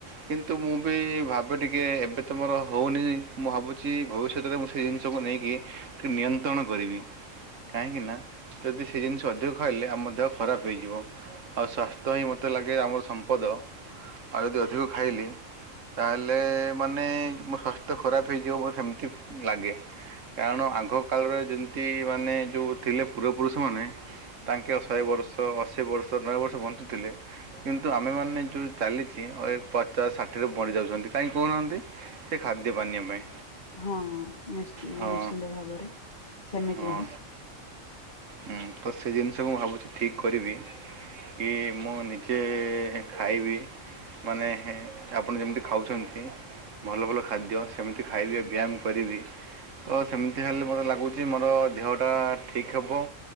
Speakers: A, on the right; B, on the left.
A: କିନ୍ତୁ ମୁଁ ବି ଭାବେ ଟିକେଏ ଏବେ ତ ମୋର ହେଉନି। ମୁଁ ଭାବୁଛି ଭବିଷ୍ୟତରେ ମୁଁ ସେ ଜିନିଷ ସବୁ ନେଇକି ଟିକେ ନିୟନ୍ତ୍ରଣ କରିବି। କାହିଁକିନା ଯଦି ସେ ଜିନିଷ ଅଧିକ ଖାଇଲେ ଆମ ଦେହ ଖରାପ ହେଇଯିବ। ଆଉ ସ୍ୱାସ୍ଥ୍ୟ ହିଁ ମୋତେ ଲାଗେ ଆମର ସମ୍ପଦ। ଆଉ ଯଦି ଅଧିକ ଖାଇଲି ତାହେଲେ ମାନେ ମୋ ସ୍ୱାସ୍ଥ୍ୟ ଖରାପ ହେଇଯିବ ମୋତେ ସେମିତି ଲାଗେ। କାରଣ ଆଗ କାଳରେ ଯେମତି ମାନେ ଯୋଉ ଥିଲେ ପୂର୍ବ ପୁରୁଷ ମାନେ ତାଙ୍କେ ଶହେ ବର୍ଷ, ଅଶୀ ବର୍ଷ, ନବେ ବର୍ଷ ବଞ୍ଚୁଥିଲେ। କିନ୍ତୁ ଆମେମାନେ ଯେଉଁ ଚାଳିଶି, ପଚାଶ, ଷାଠିଏ ରୁ ମରିଯାଉଛନ୍ତି। କାହିଁକି କହୁନାହାନ୍ତି? ସେ ଖାଦ୍ୟ ପାନୀୟ ପାଇଁ।
B: ହଁ ନିଶି
A: ହଁ
B: ନିଶ୍ଚିନ୍ତ ଭାବରେ। ସେମିତି
A: ହଁ
B: ହିଁ
A: ମୁତ ସେଇ ଜିନିଷକୁ ମୁଁ ଭାବୁଛି ଠିକ୍ କରିବି। କି ମୁଁ ନିଜେ ଖାଇବି ମାନେ ଆପଣ ଯେମିତି ଖାଉଛନ୍ତି। ଭଲ ଭଲ ଖାଦ୍ୟ ସେମିତି ଖାଇବି ଆଉ ବ୍ୟାୟାମ କରିବି। ଓ ସେମିତି ହେଲେ ମତେ ଲାଗୁଚିମ ନଅଟା ଠିକ୍ ହେବ।